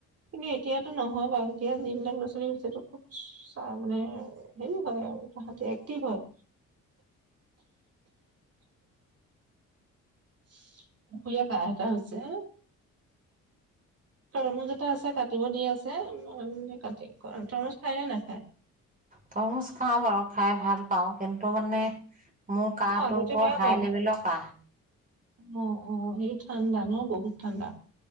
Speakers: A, on the right (about 55°); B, on the right (about 25°).
A: কিন্তু এতিয়াটো নহয় বাৰু এতিয়া যিবিলাক ল'ৰা -ছোৱালী হৈছেটো খুব চা মানে হেৰি হয় আৰু তাহাঁতি এক্টিভ হয়। সুৰ- সুৰিয়া কাঁহ এটা হৈছে। তৰমুজ এটা আছে কাটিব দি আছে। উম কাটি কৰি। তৰমুজ খায় নে নেখায়
B: তৰমুজ খাওঁ বাৰু খাই ভাল পাওঁ কিন্তু মানে! মোৰ কাঁহটো
A: মই আগতে
B: বৰ
A: বেয়া
B: হাই
A: পাওঁ
B: লেভেলৰ কাঁহ।
A: অ- অ এই ঠাণ্ডা ন বহুত ঠাণ্ডা?